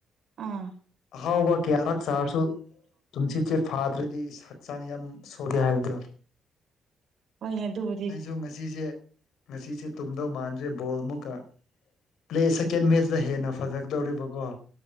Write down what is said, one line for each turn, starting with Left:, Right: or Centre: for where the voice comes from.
Right: ꯑꯥ
Left: ꯑꯍꯥꯎꯕ ꯀꯌꯥꯔꯛ ꯆꯥꯔꯁꯨ ꯇꯨꯝꯁꯤꯠ ꯆꯦ ꯐꯥꯗ꯭ꯔꯗꯤ ꯍꯛꯆꯥꯡ ꯌꯥꯝ ꯁꯣꯜꯂꯦ ꯍꯥꯏꯕꯗꯣ
Right: ꯍꯣꯏꯅꯦ ꯗꯨꯕꯨ
Left: ꯑꯩꯁꯨ ꯉꯁꯤꯁꯦ ꯉꯁꯤꯁꯦ ꯇꯨꯝꯗꯧ ꯃꯥꯟꯗ꯭ꯔꯦ ꯕꯣꯜ ꯃꯨꯛꯀ ꯄ꯭ꯂꯦ ꯁꯦꯀꯦꯟ ꯃꯦꯠꯆꯇ ꯍꯦꯟꯅ ꯐꯖꯀꯗꯧꯔꯤꯕꯀꯣ